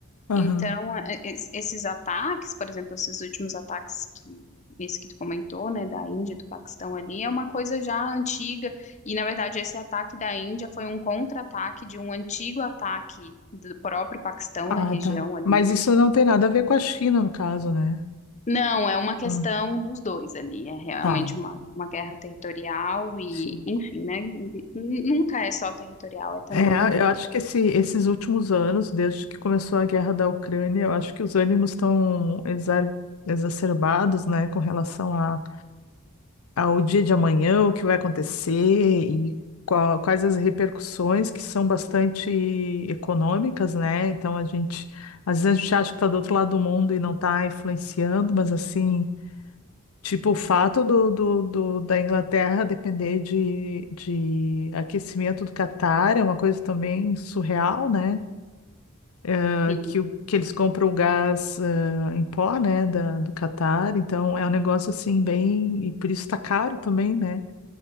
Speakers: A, on the left; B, on the left.
A: aham.
B: Então, é- é, es- esses ataques, por exemplo, esses últimos ataques que esse que tu comentou, né, da Índia, do Paquistão ali, é uma coisa já antiga, e na verdade esse ataque da Índia foi um contra-ataque de um antigo ataque do próprio Paquistão
A: Ah,
B: na região
A: tá.
B: ali.
A: Mas isso não tem nada a ver com a China, no caso, né?
B: Não, é uma questão
A: Hum,
B: dos dois ali, é realmente
A: Tá.
B: uma, uma guerra territorial e,
A: Sim.
B: enfim, né, n- nunca é só territorial, é também,
A: É, eu acho que esse- esses últimos anos, desde que começou a guerra da Ucrânia, eu acho que os ânimos estão exa- exacerbados, né, com relação a- ao dia de amanhã, o que vai acontecer e qua- quais as repercussões que são bastante econômicas, né? Então a gente, às vezes a gente acha que está do outro lado do mundo e não está influenciando, mas assim. Tipo, o fato do, do, do- da Inglaterra depender de, de aquecimento do Catar é uma coisa também surreal, né? Ah,
B: enfim,
A: Que, o- que eles compram o gás ah, em pó, né, da, do Catar. Então, é um negócio assim, bem. E por isso tá caro também, né?